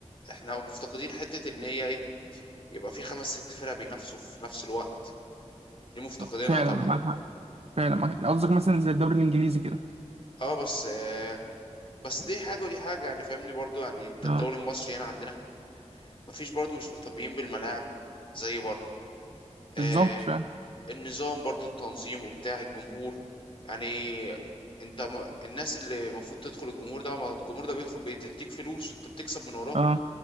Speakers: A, on the left (about 45°); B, on the right (about 60°).
A: احنا مفتقدين حتة إن هي إيه يبقى في خمس ست فرق بينافسوا في نفس الوقت دي مفتقدينها
B: لا، فعلا
A: طبعا
B: معاك حق فعلا معاك حق. قصدك مثلا زي الدوري الإنجليزي كده
A: اه بس آه، بس دي حاجة ودي حاجة يعني فاهمني برضو يعني انت
B: اه
A: الدوري المصري هنا عندنا مفيش برضو مش مهتمين بالملاعب زي بره آه،
B: بالظبط فعلا
A: النظام برضو التنظيم وبتاع الجمهور يعني انت ما الناس اللي المفروض تدخل الجمهور ده ما الجمهور ده بيدخل بيديك فلوس انت بتكسب من وراه
B: اه